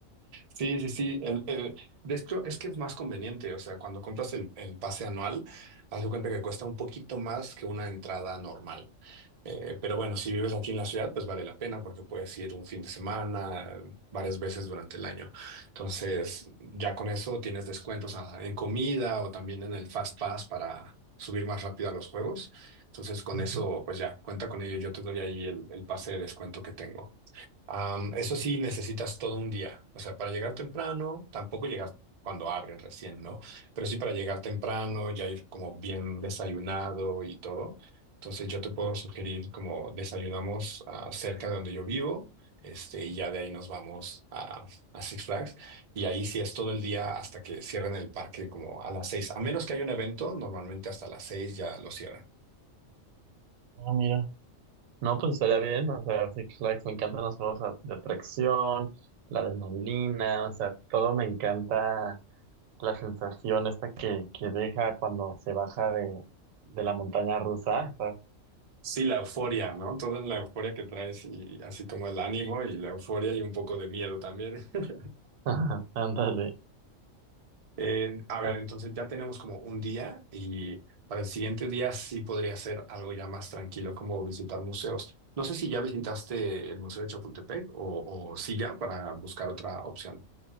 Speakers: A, on the right; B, on the right.
A: Sí, sí, sí. El, el- de hecho, es que es más conveniente. O sea, cuando compras el, el pase anual, haz de cuenta que cuesta un poquito más que una entrada normal. Eh, pero bueno, si vives aquí en la ciudad, pues vale la pena porque puedes ir un fin de semana, eh, varias veces durante el año. Entonces, ya con eso tienes descuentos ah, en comida o también en el Fast Pass para subir más rápido a los juegos. Entonces, con
B: Ujú.
A: eso, pues ya, cuenta con ello. Yo te doy ahí el, el pase de descuento que tengo. Am, eso sí, necesitas todo un día. O sea, para llegar temprano, tampoco llegar cuando abren recién, ¿no? Pero sí para llegar temprano, ya ir como bien desayunado y todo. Entonces yo te puedo sugerir como desayunamos ah, cerca de donde yo vivo, este, y ya de ahí nos vamos a, a Six Flags. Y ahí sí es todo el día hasta que cierren el parque como a las seis. A menos que haya un evento, normalmente hasta las seis ya lo cierran.
B: Ah, mira. No, pues estaría bien. O sea, Six Flags, me encantan los juegos a- de atracción, la adrenalina, o sea, todo me encanta la sensación esta que, que deja cuando se baja de, de la montaña rusa. o sea,
A: Sí, la euforia, ¿no? Toda la euforia que traes y así como el ánimo y la euforia y un poco de miedo también. <laughs>
B: <laughs> Ándale.
A: Eh, a ver,
B: Ah,
A: entonces ya tenemos como un día y para el siguiente día sí podría ser algo ya más tranquilo, como visitar museos. No sé si ya visitaste el Museo de Chapultepec o, o sí ya para buscar otra opción.